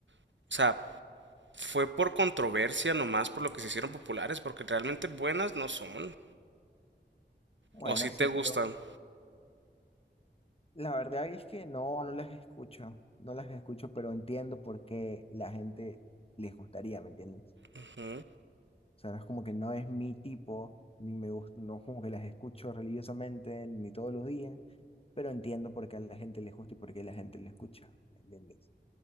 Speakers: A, on the right (about 75°); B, on the left (about 30°).
A: o sea, fue por controversia nomás, por lo que se hicieron populares, porque realmente buenas no son.
B: Bueno,
A: O si
B: sí,
A: te gustan.
B: pero la verdad es que no, no las escucho, no las escucho, pero entiendo por qué la gente les gustaría, ¿me entiendes?
A: Ujú,
B: O sea, no es como que no es mi tipo, ni me gusta, no es como que las escucho religiosamente, ni todos los días pero entiendo por qué a la gente le gusta y por qué la gente le escucha, ¿entiendes?